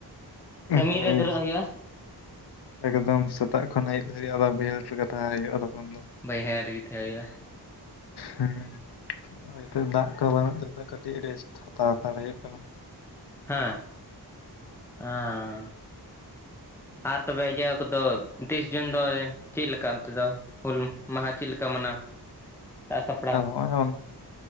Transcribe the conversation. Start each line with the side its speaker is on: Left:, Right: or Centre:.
Centre: ᱠᱟᱹᱢᱤ
Left: ᱦᱳᱭ
Centre: ᱨᱮ ᱫᱷᱩᱨᱟᱜ ᱦᱩᱭᱩᱜᱼᱟ᱾
Left: ᱮᱠᱫᱚᱢ ᱥᱮᱛᱟᱜ ᱠᱷᱚᱱ ᱟᱭᱩᱵ ᱫᱷᱟᱹᱨᱤᱡ ᱟᱫᱚ ᱵᱟᱹᱭᱦᱟᱹᱲ ᱨᱮᱜᱮ ᱛᱟᱦᱮᱸ ᱦᱩᱭᱩᱜᱼᱟ ᱛᱚᱠᱷᱚᱱ ᱫᱚ᱾
Centre: ᱵᱟᱹᱭᱦᱟᱹᱲ ᱨᱮᱜᱮ ᱛᱟᱦᱮᱸ ᱦᱩᱭᱩᱜᱼᱟ᱾
Left: ᱦᱮᱸ᱾ ᱱᱤᱛ ᱫᱟᱜ ᱠᱚ ᱵᱟᱹᱱᱩᱜ ᱛ ᱱᱤᱛ ᱠᱟᱹᱴᱤᱡ ᱨᱮᱥᱴ ᱦᱟᱛᱟᱣ ᱦᱟᱛᱟᱲ ᱦᱩᱭᱩᱜ ᱠᱟᱱᱟ᱾
Centre: ᱦᱮᱸ ᱟᱸ᱾ ᱟᱨ ᱛᱚᱵᱮ ᱤᱭᱟᱹ ᱠᱚᱫᱚ ᱛᱤᱥ ᱡᱩᱱ ᱫᱚ ᱪᱮᱫ ᱞᱮᱠᱟ ᱚᱱᱛᱮ ᱫᱚ? ᱦᱩᱞ ᱢᱟᱦᱟ ᱪᱮᱫ ᱞᱮᱠᱟ ᱢᱟᱱᱟᱣ ᱥᱟᱜᱥᱟᱯᱲᱟᱣ?
Left: <unintelligible>